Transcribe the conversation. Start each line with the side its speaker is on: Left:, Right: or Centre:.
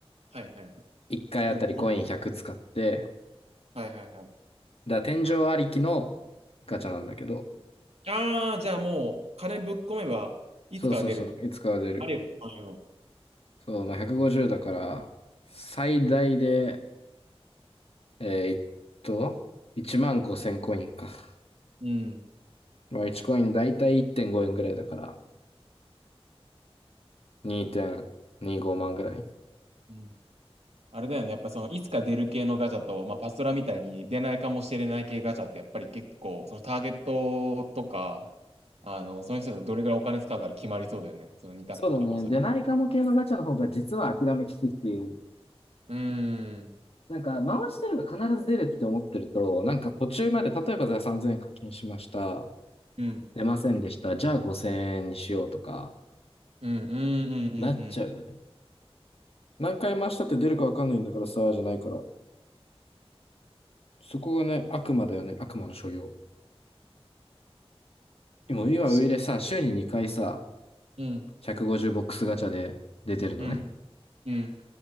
Right: はいはい。1
Left: 1回あたりコイン100使って、
Right: 0 0はいはいはい。
Left: だから天井ありきのガチャなんだけど、
Right: ああ、じゃあもう、金ぶっ込めば、いつかは出る。
Left: そうそうそう、いつかは出る。
Right: あるよ、そういうの。
Left: そう、まあ、150だから、最大で、えーっと、1万5000コインか。
Right: うん。
Left: まあ、1コインだいたい1.5円ぐらいだから、2.25万ぐらい。
Right: うん。あれだよね。やっぱその、いつか出る系のガチャと、まあ、パストラみたいに出ないかもしれない系ガチャって、やっぱり結構、そのターゲットとか、あの、その人がどれぐらいお金使うから決まりそうだよね。その二択とか。
Left: そうだね。
Right: まあ、それ。
Left: 出ないかも系のガチャの方が実は諦めきくっていう。
Right: うーん。
Left: なんか、回してれば必ず出るって思ってると、なんか途中まで、例えばじゃあ3000円課金しました。
Right: うん。
Left: 出ませんでした。じゃあ5000円にしようとか、
Right: うん。うん。うん。うん。
Left: なっちゃうよね。
Right: うん
Left: 何回回したって出るかわかんないんだからさ、じゃないから。そこがね、悪魔だよね、悪魔の所用。今、今上でさ、
Right: よし
Left: 週に2回さ、
Right: うん。
Left: 150ボックスガチャで出てるのね。
Right: うん。うん。